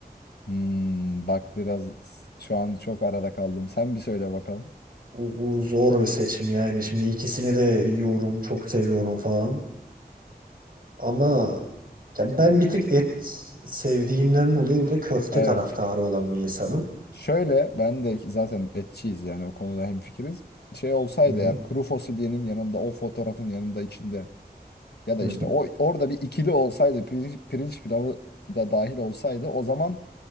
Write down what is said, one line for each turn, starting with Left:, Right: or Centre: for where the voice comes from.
Left: Hmm, bak biraz s- şu an çok arada kaldım. Sen bir söyle bakalım.
Right: Bu, bu zor bir seçim yani. Şimdi ikisini de yiyorum, çok seviyorum falan. Ama Ya ben bir tık et sevdiğimden dolayı burada köfte
Left: Evet.
Right: taraftarı olan bir insanım.
Left: Şöyle ben de zaten etçiyiz yani o konuda hemfikiriz. Şey olsaydı
Right: Hı hı.
Left: eğer kuru fasulyenin yanında o fotoğrafın yanında içinde ya
Right: Hı.
Left: da işte o orada bir ikili olsaydı pirinç, pirinç pilavı da dahil olsaydı o zaman